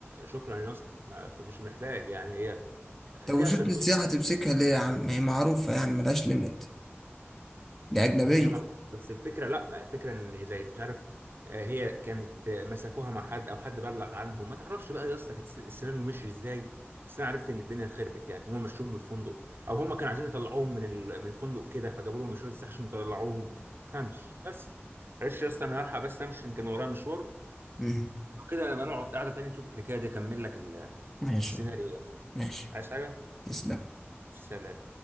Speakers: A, on the right; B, in the centre.
A: شكرا يا اسطى ما- مش محتاج يعني هي
B: طب
A: ليها
B: وشرطة
A: صرف
B: السياحة تمسكها ليه يا عم ما هي معروفة يعني ملهاش ليميت دي أجنبية
A: هي معروفة بس الفكرة لا الفكرة ان زي مش عارف آه، هي كانت آه، مسكوها مع حد او حد بلغ عنهم ما تعرفش بقى يا اسطى كانت الس- السيناريو مشي ازاي بس انا عرفت ان الدنيا خربت يعني هم مشوهم من الفندق او هم كانوا عايزين يطلعوهم من ال- من الفندق كده فجابوا لهم الشرطة عشان يطلعوهم ما تفهمش بس معلش يا اسطى انا هلحق بس امشي عشان كان ورايا مشوار
B: مم.
A: وكده نبقى نقعد قعدة تاني نشوف الحكاية دي اكمل لك ال-
B: ماشي
A: السيناريو ده
B: ماشي
A: عايز حاجة؟
B: تسلم
A: سلام